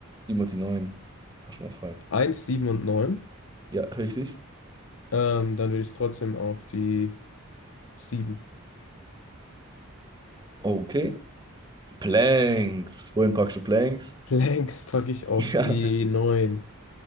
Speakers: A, on the right; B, on the left.
A: 7 und die 9. Hast du noch frei.
B: eins 7 und neun
A: Ja, richtig.
B: Ähm, dann würde ich es trotzdem auf die sieben
A: Okay. Planks. Wohin packst du Planks?
B: <laughs> Planks packe ich auf
A: <laughs>
B: die
A: Ja.
B: neun